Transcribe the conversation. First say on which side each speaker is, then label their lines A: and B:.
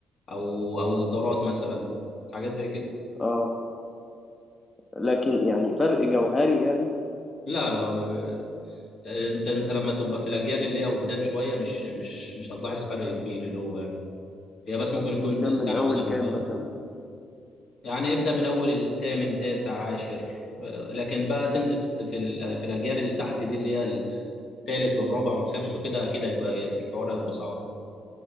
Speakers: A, on the left; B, on the left.
A: او او اصدارات مثلا حاجات زي كده
B: اه لكن يعني فرق جوهري يعني
A: لا لا آه، آه، انت انت لما تبقى في الاجيال اللي هي قدام شويه مش مش مش هتلاحظ فرق كبير اللي هو يعني. هي بس ممكن يكون
B: قدام
A: سنه
B: من اول
A: وسنه
B: كام
A: فاهم
B: مثلا
A: يعني ابدأ من أول الثامن تاسع عاشر آه، لكن بقى تنزل في في, ال- في الأجيال اللي تحت دي اللي هي الثالث والرابع والخامس وكده أكيد هيكون- الحوار هيبقى صعب